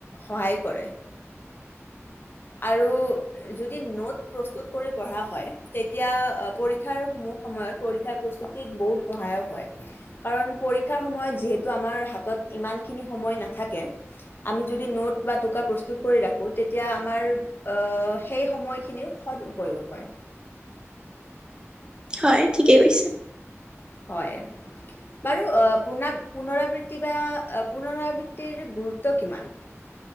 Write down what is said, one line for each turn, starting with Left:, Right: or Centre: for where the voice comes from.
Left: সহায় কৰে, আৰু যদি নোট প্ৰস্তুত কৰি পঢ়া হয় তেতিয়া পৰীক্ষাৰ বহু সময়ত পৰীক্ষাৰ প্ৰস্তুতিৰ বহুত সহায়ক হয়, কাৰণ পৰীক্ষাৰ সময়ত যিহেতু আমাৰ হাতত ইমানখিনি সময় নাথাকে, আমি যদি নোট বা টোকা প্ৰস্তুত কৰি ৰাখো তেতিয়া আমাৰ আহ সেই সময়খিনিৰ সদ উপয়োগ হয়
Right: হয় ঠিকেই কৈছে
Left: হয় বাৰু আহ পুন পুনৰাবৃত্তি বা পুনৰাবৃত্তিৰ গুৰুত্ব কিমান।